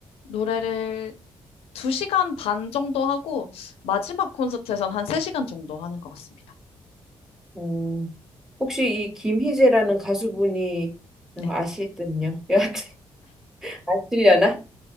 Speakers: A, on the left; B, in the centre.
A: 노래를 2시간 반 정도 하고 마지막 콘서트에선 한 3시간 정도 하는 것 같습니다.
B: 음, 혹시 이 김희재라는 가수분이
A: 네.
B: 아시군요. 여하튼 <laughs> 아시려나?